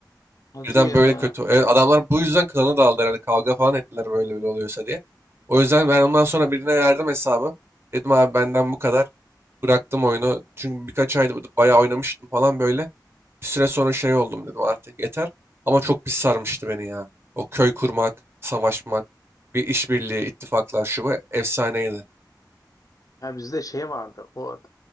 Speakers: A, on the left; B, on the right.
A: Hadi
B: Birden
A: ya.
B: böyle kötü. Evet, adamlar bu yüzden klana daldı herhalde. Kavga falan ettiler böyle böyle oluyorsa diye. O yüzden ben ondan sonra birine verdim hesabı. Dedim abi benden bu kadar. Bıraktım oyunu. Çünkü birkaç ayda bayağı oynamıştım falan böyle. Bir süre sonra şey oldum dedim artık yeter. Ama çok pis sarmıştı beni ya. O köy kurmak, savaşmak, bir işbirliği, ittifaklar şu bu efsaneydi.
A: Ya bizde şey vardı. O